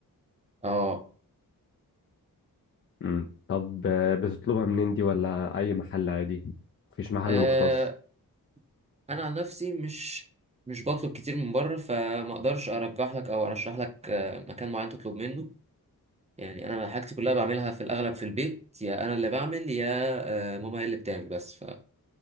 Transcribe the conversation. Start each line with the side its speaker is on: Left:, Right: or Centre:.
Right: اه
Left: مم. طب آه، بتطلبها منين دي ولا اي محل عادي مفيش محل
Right: آه،
Left: مختص
Right: أنا عن نفسي مش مش بطلب كتير من بره فما اقدرش ارجح لك او ارشح لك آه، مكان معين تطلب منه يعني انا حاجتي كلها بعملها في الاغلب في البيت يا انا اللي بعمل يا آه، ماما هي اللي بتعمل بس ف